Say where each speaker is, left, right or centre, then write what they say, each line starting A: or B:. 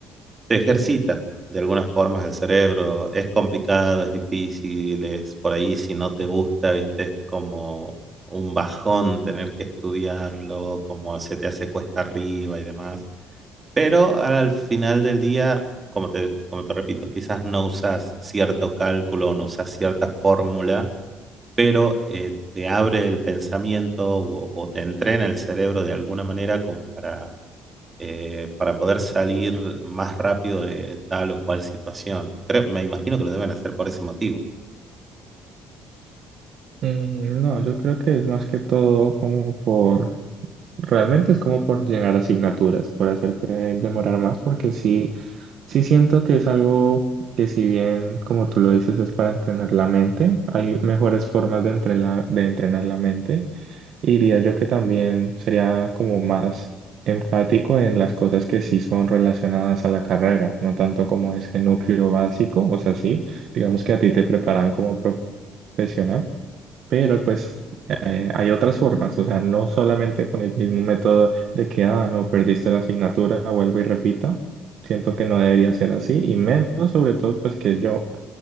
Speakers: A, on the right; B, on the right.
A: te ejercita de alguna forma el cerebro. Es complicado, es difícil, es por ahí si no te gusta, viste, es como un bajón tener que estudiarlo, como se te hace cuesta arriba y demás. Pero al final del día, como te, como te repito, quizás no usas cierto cálculo, no usas cierta fórmula, pero eh, te abre el pensamiento o, o te entrena el cerebro de alguna manera como para, eh, para poder salir más rápido de tal o cual situación. Creo- me imagino que lo deben hacer por ese motivo.
B: Mm, no, yo creo que es más que todo como por... Realmente es como por llenar asignaturas, por hacerte demorar más, porque sí, sí siento que es algo que si bien, como tú lo dices, es para entrenar la mente, hay mejores formas de entrenar, de entrenar la mente. Y diría yo que también sería como más enfático en las cosas que sí son relacionadas a la carrera, no tanto como ese núcleo básico, o sea, sí, digamos que a ti te preparan como profesional pero pues eh, hay otras formas, o sea, no solamente con el mismo método de que, ah, no, perdiste la asignatura, vuelve y repita. Siento que no debería ser así y menos sobre todo pues que yo,